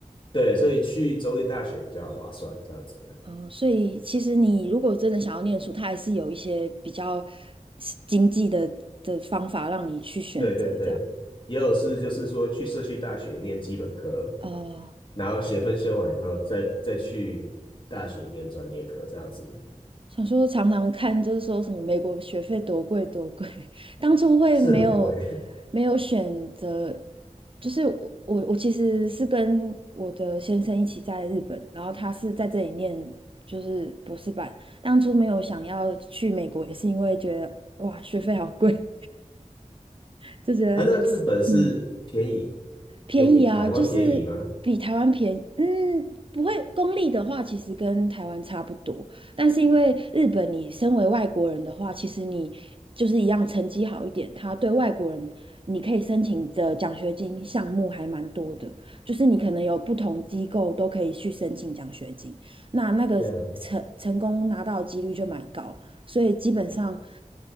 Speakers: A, on the left (about 40°); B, on the right (about 40°).
A: 对，所以去州立大学比较划算，这样子。
B: 嗯，所以其实你如果真的想要念书，它还是有一些比较经济的的方法让你去选择这样。
A: 对对对，也有是就是说去社区大学念基本科，
B: 哦、
A: 然后学分修完以后再再去大学念专业课，这样子
B: 想说常常看，就是说什么美国学费多贵多贵，<laughs> 当初会没有
A: 是很贵
B: 没有选择，就是我我我其实是跟我的先生一起在日本，然后他是在这里念就是博士班，当初没有想要去美国，也是因为觉得哇学费好贵，<laughs>
A: <laughs>
B: 就觉得
A: 啊。那日本是便宜，
B: 嗯。便宜啊，
A: 有比台湾便宜吗？
B: 就是比台湾便宜。嗯，不会，公立的话其实跟台湾差不多，但是因为日本，你身为外国人的话，其实你就是一样成绩好一点，他对外国人你可以申请的奖学金项目还蛮多的，就是你可能有不同机构都可以去申请奖学金，那那个成成功拿到的几率就蛮高。
A: 这样
B: 所以基本上，